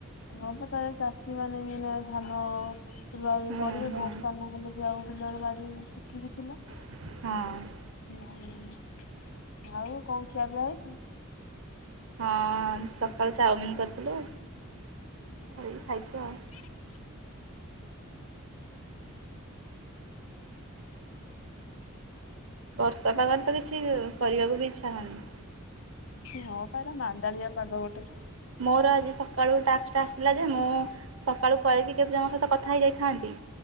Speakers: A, on the left (about 70°); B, on the right (about 65°).
A: ହଣପାତରେ ଚାଷୀ ମାନେ ବି ନା ଧାନ ସେ ଆ
B: ହୁଁ
A: କରିବେ
B: ହୁଁ
A: ବର୍ଷା ନହେଲେ ବି ଆଉ ବିଲରେ ବାଡି ଶୁଖିକି ଥିଲା।
B: ହଁ।
A: ହୁଁ ଆଉ କଣ ଖିଆ ପିଆ ହେଇଛି।
B: ହଁ ସକାଳୁ ଚାଉମିିନ କରିଥିଲୁ।
A: <unintelligible>
B: କରିକି ଖାଇଛୁ <inaudible> <inaudible> ବର୍ଷା ପାଗରେ ତ କିଛି କରିବାକୁ ବି ଇଚ୍ଛା ହଉନି।
A: ହଁ ପା ଏରା ମାନ୍ଦାଳିଆ ପାଗ ଗୋଟେ।
B: ମୋର ଆଜି ସକାଳୁ ଟାକ୍ସ ଟା ଆସିଲା ଯେ ମୁଁ ସକାଳୁ କରିକି କେତେ ଜଣଙ୍କ ସହିତ କଥା ହେଇଯାଇଥାନ୍ତି